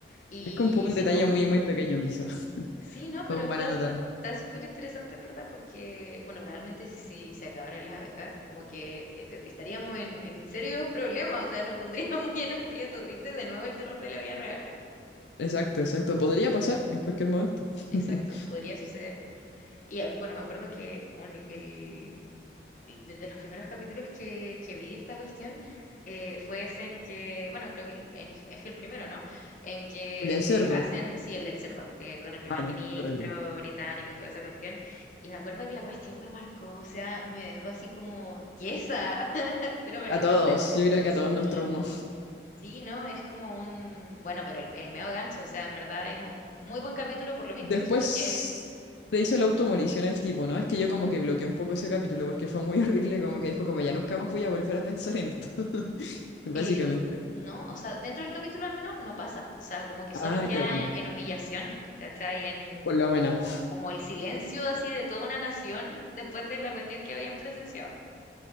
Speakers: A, on the left; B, on the left.
A: Y
B: Es como un poco un
A: sí,
B: detalle
A: pues.
B: muy, muy pequeño, quizás, <laughs>
A: Sí, no,
B: como
A: pero está
B: para anotarlo.
A: súper, está súper interesante en verdad porque, bueno, realmente si, si se acabaran las abejas, como que eh, te- estaríamos en, en serios problemas, o sea, nos pondríamos <laughs> muy en aprieto, ¿viste? De nuevo el terror de la vida real.
B: Exacto, exacto. Podría pasar en cualquier momento.
A: Exacto,
B: <laughs>
A: podría suceder. Y ah, bueno, me acuerdo que un- el, desde los primeros capítulos que, que vi de esta cuestión eh, fue ese en que, bueno, creo que el- es, es el primero, ¿no? En que
B: Del
A: eh,
B: cerdo.
A: hacen, sí, el del cerdo, eh, con el primer
B: Ah, no,
A: ministro
B: qué horrible.
A: británico y toda esa cuestión. Y me acuerdo que la cuestión me marcó, o sea, me dejó así como tiesa, <laughs> pero realmente,
B: A todos, yo creo que
A: sí.
B: a todos nos traumó.
A: Sí, no, es como un, bueno, pero el, el meo gancho, o sea, en verdad es un muy buen capítulo por lo mismo.
B: Después
A: Yo siento que
B: se hizo la automorición el tipo, ¿no? Es que yo como que bloqueé un poco ese capítulo porque fue muy <laughs> horrible, como que después como ya nunca más voy a volver a pensar en esto, <laughs> básicamente.
A: Eh, no, o sea, dentro del capítulo al menos no pasa. O sea, como que solo
B: Ah,
A: queda
B: qué bueno,
A: en, en humillación, ¿cachai? En
B: por lo
A: como,
B: menos.
A: como el silencio así de toda una nación después de la cuestión que habían presenciado.